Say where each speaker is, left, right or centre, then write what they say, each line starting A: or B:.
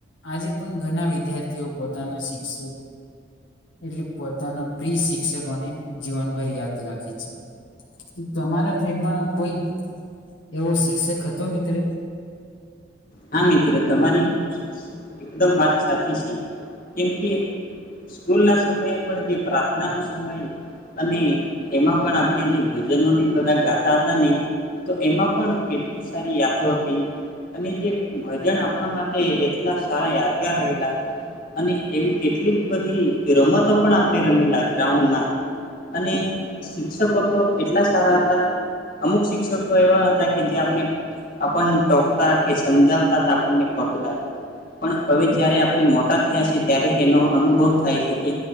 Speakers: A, on the left; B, on the left.
A: આજે પણ ઘણા વિદ્યાર્થીઓ પોતાના શિક્ષક એટલે પોતાના પ્રિ શિક્ષકોને જીવનભર યાદ રાખે છે તમારા ફીડમાં કોઈ એવો શિક્ષક તો મિત્ર.
B: હા મિત્ર તમારી એકદમ વાત સાચી છે કેમકે સ્કૂલના સમયે પણ જે પ્રાર્થનાનો સમય અને એમાં પણ આપણે જે ભજનોને બધા ગાતા હતા ને તો એમાં પણ કેટલી સારી યાદો હતી અને જે. ભજન આપણા માટે એટલા સારા યાદગાર રહેલા અને એવી કેટલીક બધી રમત. તો પણ આપણે રમેલા ગ્રાઉન્ડ માં. અને શિક્ષકો તો એટલા સારા હતા. અમુક શિક્ષકો એવા હતા કે જે આપણે આપડને ટોકતા કે સમજાવતા આપણને ખોટું લાગતું. પણ હવે જ્યારે આપણે મોટા થયા છીએ ત્યારે એનો અનુભવ થાય છે કે